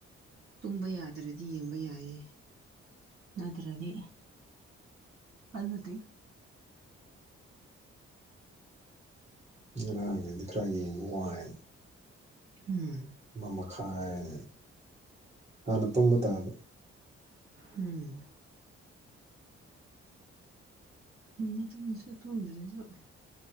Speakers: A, on the right; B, on the right.
A: ꯇꯨꯝꯕ ꯌꯥꯗ꯭ꯔꯗꯤ ꯌꯦꯡꯕ ꯌꯥꯏꯌꯦ ꯅꯠꯇ꯭ꯔꯗꯤ ꯑꯗꯨꯜꯗꯤ <inaudible>
B: ꯉꯔꯥꯡꯈꯗꯤ ꯈꯔ ꯌꯦꯡꯕ ꯋꯥꯏ
A: ꯎꯝ
B: ꯃꯈꯥꯏ ꯍꯥꯟꯅ ꯇꯨꯝꯕ ꯇꯥꯕ
A: ꯎꯝ ꯎ ꯑꯗꯨꯁꯦ ꯇꯨꯟ꯭ꯔꯔꯤꯁꯨ <inaudible>